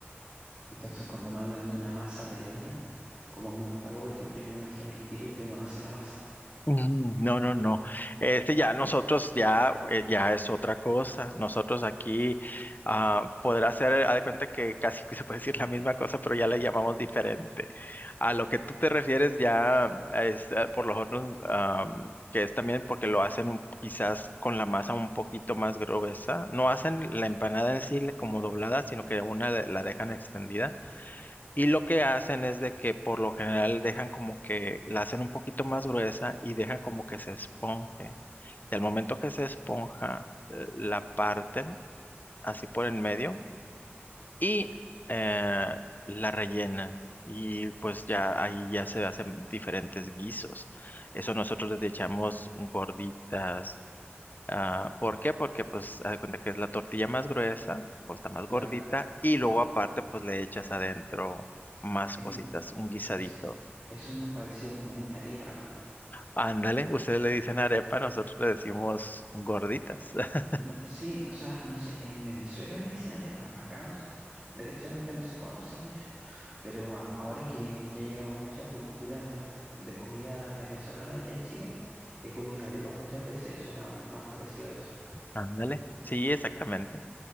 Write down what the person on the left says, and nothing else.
Mm, No, no, no. Este ya nosotros ya, eh, ya es otra cosa. Nosotros aquí ah, podrá ser, haz de cuenta que casi que se puede decir la misma cosa, pero ya le llamamos diferente. A lo que tú te refieres ya es eh, por lo otros, am, que es también porque lo hacen un- quizás con la masa un poquito más gruesa. No hacen la empanada en sí le- como doblada, sino que una de- la dejan extendida y lo que hacen es de que por lo general dejan como que la hacen un poquito más gruesa y dejan como que se esponje. Y al momento que se esponja, eh, la parten así por en medio y eh, la rellenan. Y pues ya ahí ya se hacen diferentes guisos. Eso nosotros les echamos gorditas, Ah, ¿por qué? Porque pues haz de cuenta que es la tortilla más gruesa, pues está más
gordita y luego aparte pues le echas adentro más
cositas, un guisadito.
Ándale, ustedes le dicen arepa, nosotros le decimos gorditas. <laughs>
Ándale, sí, exactamente.